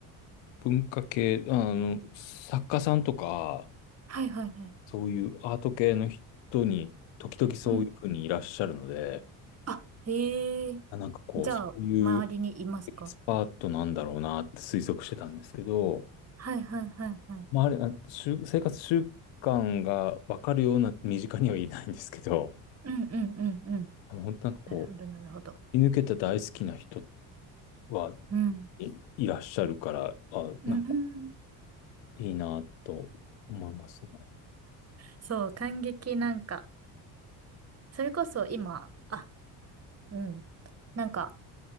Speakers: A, on the left; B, on the right.
A: 文化系、あの、作家さんとか、
B: はいはいはい。
A: そういうアート系の人に、時々そういうふうにいらっしゃるので、
B: うん。あ、へえ。
A: あなんかこう、
B: じゃあ、
A: そういう
B: 周りにいますか
A: エキスパートなんだろうなって推測してたんですけど、
B: はいはいはいはい。
A: まあ、あれ、あ習生活習慣がわかるような身近にはいないんですけど、
B: うんうんうんうん。
A: あの、本当なんかこ
B: なるほどなるほど。
A: う、居抜けた大好きな人は
B: うん。
A: いいらっしゃるから、あ、
B: うん。
A: なんかいいなと思いますね。
B: そう、感激なんか、それこそ今、あ、うん。なんか、